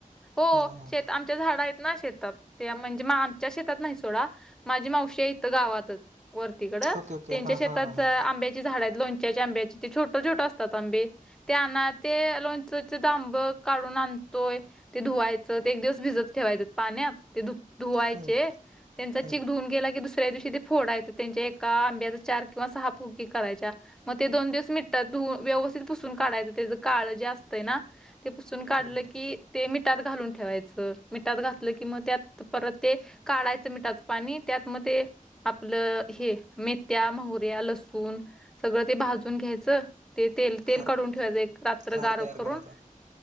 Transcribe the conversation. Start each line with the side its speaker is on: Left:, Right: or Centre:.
Centre: हो
Right: हां हां
Centre: शेत आम झाड आहेत ना शेतात ते म्हणजे, आमच्या शेतात नाही सोडा माझी मावशी इथं गावातच. वरतीकडं
Right: ओके ओके
Centre: त्यांच्या
Right: हां
Centre: शेतात
Right: हां हां हां
Centre: आंब्याची झाड आहेत, लोणच्याच्या आंब्याची. छोट छोट असतात आंबे ते, आना ते लोणचचे जांब काढून आणतोय. ते धुवायचं ते एक दिवस भिजत ठेवायचं पाण्यात. ते धु धुवायचे,
Right: हम्म,
Centre: त्यांचा
Right: हम्म,
Centre: चीक धुऊून गेला की दुस दुसऱ्या दिवशी फोडायच. त्यांच्या एका आंब्याच्या चार किंवा सहा फुगी करायच्या. मग ते दोन दिवस मिठात धुवून, व्यवस्थित पुसून काढायचं. त्याचं काळ जे असतंय ना ते पुसून काढलं
Right: हम्म.
Centre: की ते, मिठात घालून ठेवायचं. मिठात घातलं की मग त्यात परत ते, काढायचं मिठाचं पाणी, त्यात म ते. आपलं हे मेथ्या, मोहऱ्या, लसूण सगळं ते भाजून घ्याय चल ते तेल
Right: खार
Centre: काढून ठेवायचं एक रात्र
Right: खार
Centre: गार
Right: तयार
Centre: करून.
Right: करायचा हम्म,